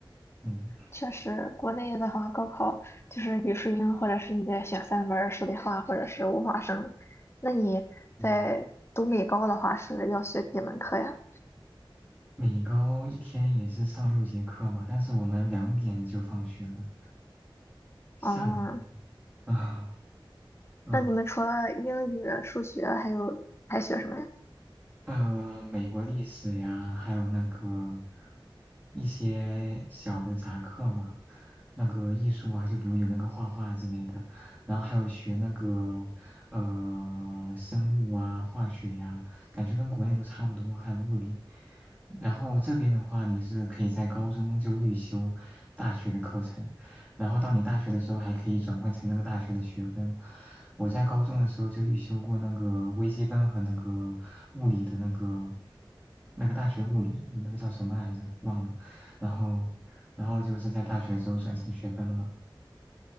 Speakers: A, on the right; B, on the left.
A: 嗯。
B: 确实，国内的话，高考就是语数英，或者是你得选三门儿数理化，或者是物化生。那你在读美高的话，
A: 嗯，
B: 是要学几门课呀？
A: 每高一天也是上六节课嘛，但是我们两点就放学了，下午两点啊，
B: 哦，
A: 嗯
B: 那你们除了英语、数学，还有还学什么呀？
A: 呃，美国历史呀，还有那个一些小的杂课嘛，那个艺术啊，就比如有那个画画之类的，然后还有学那个呃生物啊、化学呀，感觉跟国内都差不多，还有物理。然后这边的话，你是可以在高中就预修大学的课程。然后到你大学的时候还可以转换成那个大学的学分。我在高中的时候就预修过那个微积分和那个物理的那个那个大学物理，那个叫什么来着？忘了。然后，然后就是在大学的时候转成学分了。